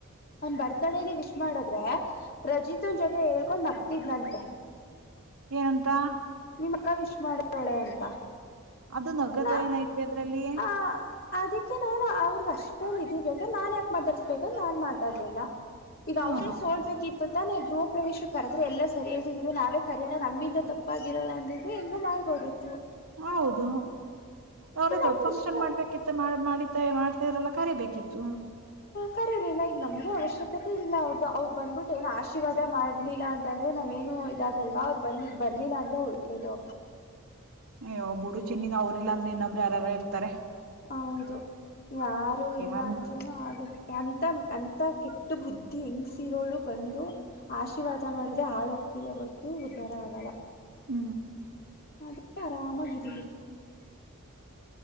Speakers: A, on the left (about 40°); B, on the right (about 80°).
A: ಅವನ ಬರ್ತಡೇ ಲಿ ವಿಶ್ ಮಾಡದ್ರೆ ರಜಿತನ ಜೊತೆ ಹೇಳ್ಕೊಂಡು ನಗ್ತಿದ್ನಂತೆ
B: ಏನಂತ
A: ನಿಮ್ ಅಕ್ಕ ವಿಶ್ ಮಾಡ್ತಾಳೆ ಅಂತ
B: ಅದು ನಗೋದು
A: ನಾ
B: ಏನು ಐತಿ ಅದರಲ್ಲಿ
A: ಆ ಅದಕ್ಕೆ ನಾನು ಅವರಿಗೆ ಅಷ್ಟೊಂದು ವಿಧಿ ಬೇಕ ನಾನ ಯಾಕೆ ಮಾತಾಡ್ಸಬೇಕು ನಾನ ಮಾತಾಡಲಿಲ್ಲ
B: ಹ್ಮ
A: ಈಗ ಅವರೇ ಸೋಲಬೇಕಿತ್ತ ತು ತಾನೇ ಗೃಹ ಪ್ರ್ರವೇಶಕ್ಕೆ ಕರೆದ್ರೆ ಎಲ್ಲ ಸರಿ ಹೋಯ್ತದೆ ಇರೋ ನಾವೇ ಕರೆಯೋಣ ನಮ್ಮಿಂದ ತಪ್ಪಾಗಿರೋದು ಅಂದಿದ್ರೆ ಹೆಂಗ ಮಾಡಿ ಹೋಗಿದ್ದು-
B: ಹೌದು ಅವ್ರೇ
A: ನಮ್ಗ
B: ದೊಡ್ಡ ಫಂಕ್ಷನ್
A: ಇಷ್ಟ
B: ಮಾಡ್ಬೇಕಿತ್ತ ಮಾಡ ಮಾಡಿದ್ದ ಮಾಡ ಮನೆಯವರೆಲ್ಲ ಕರಿ ಬೇಕಿತ್ತು
A: ಕರಿಲಿಲ್ಲ ನಮಗೂ ಅವಶ್ಯಕತೆ ಇಲ್ಲ ಅವರು ಬಂದ್ಬಿಟ್ಟು ಏನ ಆಶೀರ್ವಾದ ಮಾಡ್ಲಿಲ್ಲ ಅಂದ್ರೆ ನಾವ ಏನ ಏನು ಇದಾಗಲ್ವಾ ಅವರ ಬಂದ ಬರ್ಲಿಲ್ಲ ಅಂದ್ರೆ ಒಳ್ಳೆಯದು
B: ಅಯ್ಯೋ ಬುಡು ಚಿನ್ನಿ ನಾವು ಹೋಗಲಿಲ್ಲ ಅಂದ್ರೆ ಇನ್ನೊಬ್ರು ಯಾರಾರು ಇರುತ್ತಾರೆ
A: ಹೌದು ಯಾರು ಇಲ್ಲ
B: ಅಂತ
A: ಅಂದ್ರೂನು ಆಗತ್ತೆ ಅಂತಾ ಅಂತ ಅಂತ ಕೆಟ್ಟ ಬುದ್ಧಿ ಹೆಂಗಸ ಇರೋಳು ಬಂದು ಆಶೀರ್ವಾದ ಮಾಡದೆ ಹಾಳ ಹೋಗ್ತಿವಿ ಹೊರತು ಉದಾ ಉದ್ದಾರ ಆಗೋಲ್ಲ
B: ಹು
A: ಅದಕ್ಕೆ ಆರಾಮಾಗಿದೀವಿ <unintelligible>